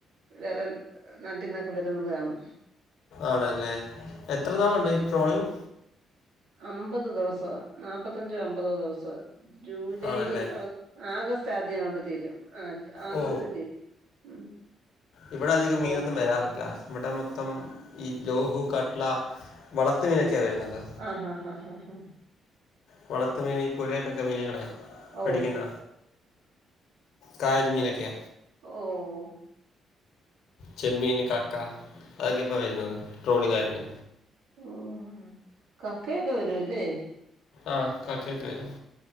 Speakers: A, on the right; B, on the left.
A: വേറെൻ നാട്ടിന്നൊക്കെ വരുന്നത് കാാണ്
B: ആണല്ലേ എത്ര നാള്ണ്ട് ഈ ട്രോളിങ്
A: അമ്പത് ദിവസം നാപ്പത്തഞ്ചോ അമ്പതോ ദിവസം ജൂലൈ
B: ആണല്ലേ
A: ആഗസ്റ്റ് ആദ്യ അതൊണ്ട് തീരും ആഹ് ആഗസ്റ്റ്
B: ഓ
A: തീരും ഉം
B: ഇവിടെ അധികം മീനൊന്നും
A: ഓ
B: വരാറില്ല ഇവിടെ മൊത്തം ഈ ലോഹു കാറ്റ്‌ല വളത്ത മീനൊക്കെയാണ് വരുന്നത്
A: ആഹ് ആഹ് ആഹ് ആഹ് ആഹ്
B: വളത്ത മീനി പുരായിട്ടൊക്കെ മീനുകളെ
A: ഓ
B: പഠിക്കുന്ന കായൽ മീനൊക്കെ
A: ഓഹ്
B: ചെമ്മീന് കക്ക അതൊക്കെ ഇപ്പ വരുന്നത് ട്രോളിംഗ് ആയോണ്ട്
A: ഉം ഉം ഉം കക്കയൊക്കെ വരുല്ലേ
B: ആഹ് കക്കയൊക്കെ വരും